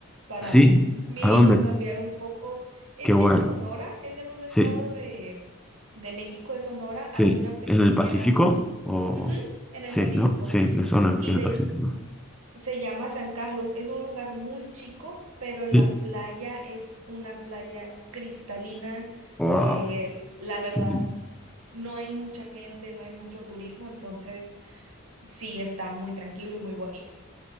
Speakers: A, on the right (about 75°); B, in the centre.
A: para
B: ¿Sí?
A: mínimo
B: ¿A dónde?
A: cambiar un poco. Es
B: Qué bueno.
A: en Sonora, es en un estado
B: Sí,
A: de, de México, es Sonora,
B: Sí,
A: hay una pequeña,
B: ¿en el Pacífico? O...
A: ujú, en el
B: Sí,
A: Pacífico.
B: ¿no? Sí, me suena
A: Y
B: que es
A: se
B: el Pacífico.
A: Se llama San Carlos, es un lugar muy chico, pero la
B: Sí.
A: playa es una playa cristalina
B: Wow.
A: que la verdad
B: Qué lindo.
A: no hay mucha gente, no hay mucho turismo, entonces sí está muy tranquilo y muy bonito.